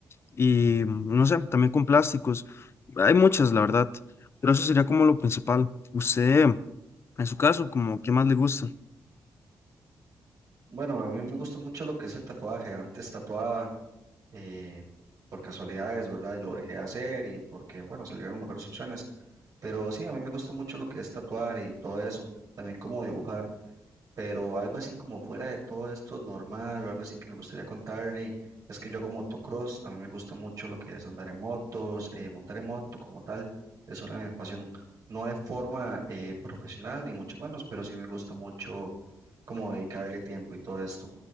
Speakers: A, on the left; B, on the right.
A: y mm, no sé, también con plásticos. Hay muchas, la verdad, pero eso sería como lo principal. Usted, en su caso, como, ¿qué más le gusta?
B: Bueno, a mí me gusta mucho lo que es el tatuaje, antes tatuaba eh, por casualidades, ¿verdad? Lo dejé de hacer y porque, bueno, salieron mejores opciones, pero sí, a mí me gusta mucho lo que es tatuar y todo eso, también como dibujar. Pero algo así como fuera de todo esto normal, o algo así que me gustaría contarle, es que yo hago motocross, a mí me gusta mucho lo que es andar en motos, eh, montar en moto como tal, es una de mis pasión. No de forma eh, profesional, ni mucho menos, pero sí me gusta mucho como dedicarle tiempo y todo esto.